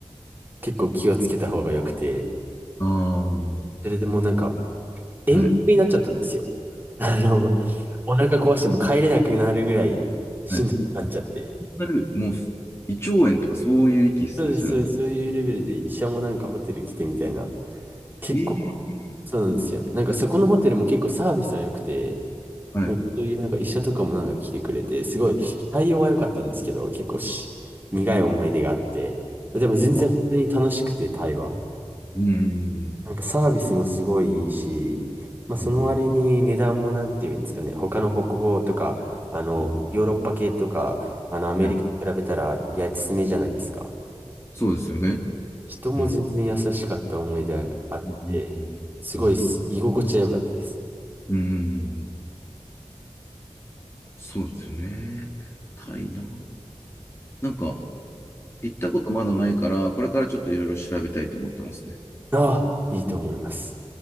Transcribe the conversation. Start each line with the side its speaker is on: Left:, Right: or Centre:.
Right: 結構気をつけた方が良くて、
Left: ああ、は
Right: それでもうなんか、遠方になっちゃったんですよ。
Left: い。
Right: <laughs> あの、お腹壊してもう帰れなくなるぐらいしんどくなっちゃって。
Left: はい。なる、もう、胃腸炎とかそういう域ですね、
Right: そうです、
Left: それも。
Right: そうです、そういうレベルで医者もなんかホテル来てみたいな。結構、
Left: ええ
Right: そうなんですよ。なんかそこのホテルも結構サービスは良くて、
Left: はい。
Right: なんかそういうなんか医者とかもなんか来てくれて、すごい対応は良かったんですけど、結構し苦い思い出があって、でも全然本当に楽しくて、
Left: うわ。
Right: タイは。
Left: うん。
Right: なんかサービスもすごいいいし、まあその割に値段もなんて言うんですかね、
Left: うん。
Right: 他の北欧とか、あの、
Left: うん
Right: ヨーロッパ系とか、あの、アメリカに比べたら安めじゃないですか。
Left: ね。そうですよね。
Right: 人も全然優しかった思い出あって、
Left: うん。うん。
Right: すごいす居心地は良かったです。
Left: うん。うん。そうですよね。タイな。なんか、行ったことまだないから、これからちょっといろいろ調べたいと思ってますね。
Right: ああ、いいと思います。